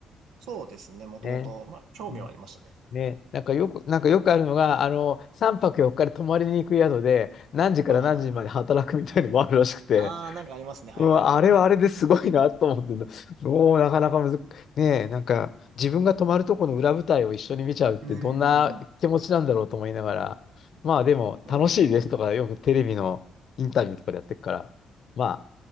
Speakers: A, on the right; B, on the left.
A: そうですね。もともと、
B: ね。
A: まあ、興味はありましたね。
B: うんね、なんかよく、なんかよくあるのが、あの、3泊4日で泊まりに行く宿で、何時から何時まで働くみたいのもあるらしくて、
A: はい、はい、はい。ああなんかありますね。はい、
B: うん、
A: はい、
B: あれはあれですごいなと思ってんだ、
A: はい、はい。
B: もうなかなかむず、ねえ、なんか自分が泊まるとこの裏舞台を一緒に見ちゃうってどんな気持ちなんだろうと思いながら、
A: うん。
B: まあでも楽しいですとか、
A: まあ、でも、
B: よくテレビのインタビューとかでやってるから、まあ、